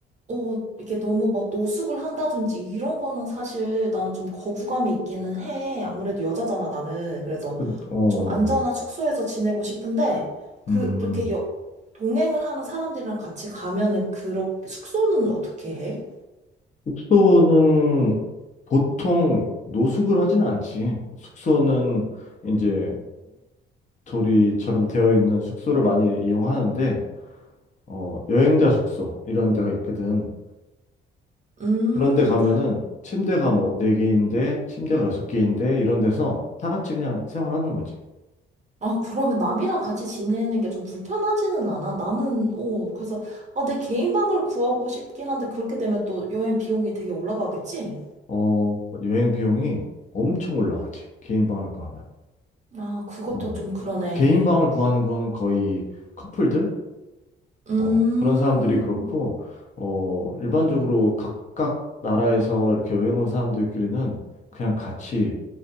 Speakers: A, on the right (about 35°); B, on the left (about 40°).
A: 어, 이게 너무 막 노숙을 한다든지 이런 거는 사실 나는 좀 거부감이 있기는 해. 아무래도 여자잖아, 나는. 그래서
B: 근- 어,
A: 좀 안전한 숙소에서 지내고 싶은데, 그,
B: 음.
A: 이렇게 여, 동행을 하는 사람들이랑 같이 가면은, 그렇, 숙소는 어떻게 해?
B: 숙소는 보통 노숙을 하지는 않지. 숙소는 이제 도미토리처럼 되어 있는 숙소를 많이 이용하는데, 어, 여행자 숙소 이런 데가 있거든.
A: 음,
B: 그런 데 가면은 침대가 뭐 네개인데 침대가 여섯 개인데 이런 데서 다 같이 그냥 생활하는 거지.
A: 아, 그러면 남이랑 같이 지내는 게 좀 불편하지는 않아? 나는, 어, 그래서, 아, 내 개인 방을 구하고 싶긴 한데, 그렇게 되면 또 여행 비용이 되게 올라가겠지?
B: 어, 여행 비용이 엄청 올라가지. 개인 방을 구하면.
A: 아, 그것도
B: 어.
A: 좀 그러네.
B: 개인 방을 구하는 거는 거의 커플들?
A: 음.
B: 어, 그런 사람들이 그렇고, 어, 일반적으로 각각 나라에서 이렇게 여행 온 사람들끼리는 그냥 같이